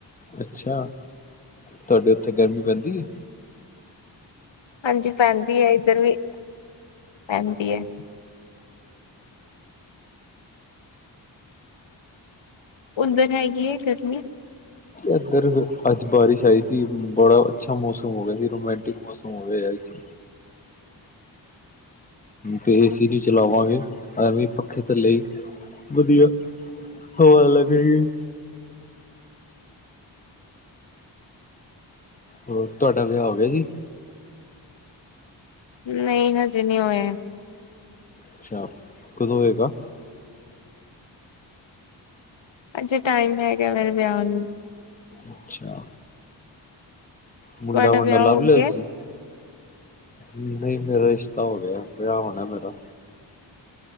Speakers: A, on the left; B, on the left.
A: ਅੱਛਾ, ਤੁਹਾਡੇ ਉੱਥੇ ਗਰਮੀ ਪੈਂਦੀ ਐ।
B: ਹਾਂਜੀ ਪੈਂਦੀ ਐ, ਇੱਧਰ ਵੀ ਪੈਂਦੀ ਐ। ਓਧਰ ਹੈਗੀ ਐ ਗਰਮੀ।
A: ਇਧਰ ਹ-ਅੱਜ ਬਾਰਿਸ਼ ਆਈ ਸੀ, ਬੜਾ ਅੱਛਾ ਮੌਸਮ ਹੋ ਗਿਆ ਸੀ, ਰੋਮਾਂਟਿਕ ਮੌਸਮ ਹੋ ਗਿਆ ਅੱਜ
B: ਅੱਛਾ,
A: ਤੇ ਏ ਸੀ ਵੀ ਚਲਾਵਾਂਗੇ। ਐ ਵੀ ਪੱਖੇ ਥੱਲੇ ਈ ਵਧੀਆ ਹਵਾ ਲੱਗੇਗੀ। ਹੋਰ ਤੁਆਡਾ ਵਿਆਹ ਹੋ ਗਿਆ ਜੀ।
B: ਨਹੀਂ ਹਜੇ ਨਹੀਂ ਹੋਇਆ।
A: ਅੱਛਾ, ਕਦੋਂ ਹੋਏਗਾ।
B: ਅਜੇ ਟਾਈਮ ਹੈਗਾ, ਮੇਰੇ ਵਿਆਹ ਨੂੰ।
A: ਅੱਛਾ। ਮੁੰਡਾ
B: ਤੁਹਾਡਾ
A: ਮੰਡਾ
B: ਵਿਆਹ
A: ਲਭ
B: ਹੋ
A: ਲਿਆ
B: ਗਿਆ?
A: ਤੁਸੀ, ਨਹੀਂ। ਮੇਰਾ ਰਿਸ਼ਤਾ ਹੋ ਗਿਆ, ਵਿਆਹ ਹੋਣਾ ਮੇਰਾ।